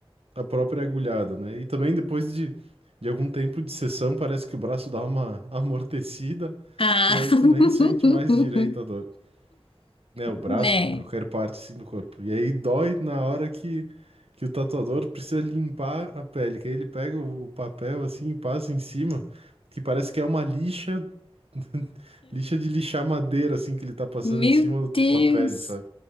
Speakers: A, on the right; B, on the left.
A: a própria agulhada, né? E também depois de, de algum tempo de sessão, parece que o braço dá uma <laughs> amortecida
B: ah.
A: e aí tu
B: <laughs>
A: nem sente mais direito a dor. Né, o braço,
B: Né?
A: qualquer parte assim do corpo. E aí dói na hora que, que o tatuador precisa limpar a pele, que aí ele pega o o papel assim e passa em cima, que parece que é uma lixa, <laughs> lixa de lixar madeira assim que ele tá passando
B: Meu
A: em cima da
B: Deus!
A: tua pele, sabe?